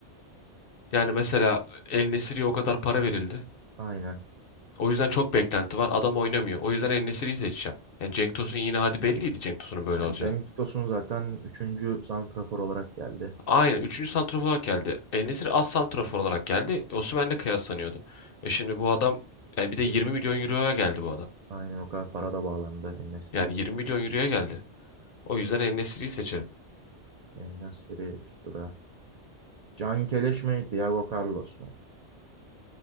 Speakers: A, on the left (about 60°); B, on the right (about 60°).
A: yani mesela El Nesiri'ye o kadar para verildi.
B: Aynen.
A: O yüzden çok beklenti var. Adam oynamıyor. O yüzden El Nesiri'yi seçeceğim. Yani Cenk Tosun yine hadi belliydi Cenk Tosun'un böyle
B: Yani
A: olacağı.
B: Cenk Tosun zaten üçüncü santrafor olarak geldi.
A: Aynen. Üçüncü santrafor olarak geldi. El Nesiri az santrafor olarak geldi. Osimhen'le kıyaslanıyordu. E şimdi bu adam yani bir de 20 milyon euroya geldi bu adam.
B: Aynen o kadar para da bağlandı En-Nesyri.
A: Yani 20 milyon euroya geldi. O yüzden el En seçerim.
B: En-Nesyri üst tura. Can Keleş mi? Diego Carlos mu?